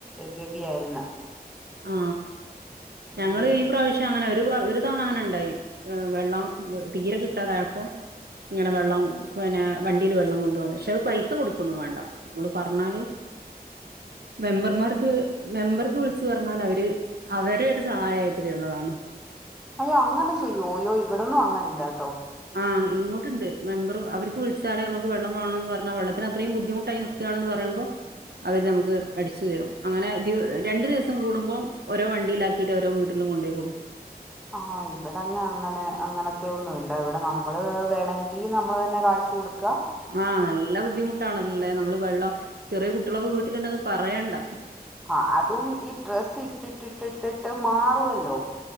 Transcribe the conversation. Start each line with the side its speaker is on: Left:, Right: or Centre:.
Centre: ഗതിയായിരുന്നു.
Right: ആ
Centre: ഉം.
Right: ഞങ്ങള് ഈ പ്രാവശ്യം അങ്ങനെ ഒരു ഒരു തവണ അങ്ങനെ ഉണ്ടായി. ഹ് വെള്ളം തീരെ കിട്ടാതായപ്പം. ഇങ്ങനെ വെള്ളം പിന്നെ വണ്ടില് വെള്ളം കൊണ്ട് വന്ന് പക്ഷെ പൈസ കൊടുക്കന്നും വേണ്ട. നമ്മള് പറഞ്ഞാല് മെമ്പർമാർക്ക് മെമ്പർക്ക് വിള ളിച്ച് പറഞ്ഞാൽ അവര് അവരെ ഒരു സഹായമായിട്ട് തരുന്നതാണ്.
Centre: അയ്യോ അങ്ങനെ ചെയ്യോ അയ്യോ ഇവിടന്നും അങ്ങനെ ഇല്ലാട്ടോ?
Right: ആഹ ഇങ്ങോട്ട്ണ്ട്. മെമ്പറ് അവർക്ക് വിളിച്ചാലല് നമുക്ക് വെള്ള വേണംമോന് പറഞ്ഞാ വെള്ളത്തി അത്രിം ബുദ്ധിമുട്ടായി നൽക്കുകയാണെന്ന് പറയുപോ. അവര് നമുക്ക് അടിച്ചു തരും. അങ്ങനെ രണ്ടു ദിവസം കൂടുമ്പോം ഓരോ വണ്ടിയിലാക്കി. ആീയിട്ട് രോ വീടിലും കൊണ്ടോ കൊക്കും.
Centre: ആഹ ഇവിടെങ്ങെ അങ്ങനെ അങ്ങനത്തെ ഒന്നുംല്ല. ഇവിടെ നമ്മള് വേണമെങ്കി നമ്മള് തന്നെ കാശു കൊടുക്ക
Right: ആഹ് നല്ല ബുദ്ധിമുട്ടാണല്ലല്ലേ നമ്മള് വെള്ളം ചെറിയ കുട്ടികളൊക്കെ വീട്ടിലുണ്ടെങ്കിൽ പറയണ്ട.
Centre: ആഹ അതും ഈ ഡ്രസ്സ് ഇട്ടിട്ടിട്ടി ഇട്ടിട്ട് മാറുവല്ലോ?